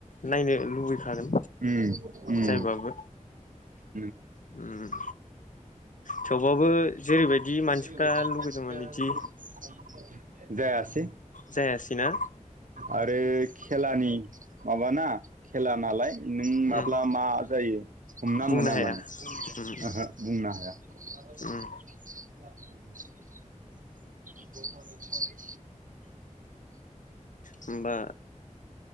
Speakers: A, on the left; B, on the right.
A: नायनो लुबैखागोन
B: उम-उम।
A: जायबाबो
B: <unintelligible>
A: उम थेवबाबो जेरैबायदि मानसिफ्रा
B: <unintelligible>
A: लुगैदोंमोन बिदि
B: जायासै।
A: जायासैना।
B: आरो खेलानि माबाना खेला नालाय। नों माब्ला
A: उम
B: मा जायो हमना
A: बुंनो
B: मोना
A: हाया
B: माने
A: उम
B: ओ-ओ बुंनो हाया। <unintelligible> <unintelligible>
A: उम
B: <unintelligible>
A: होमबा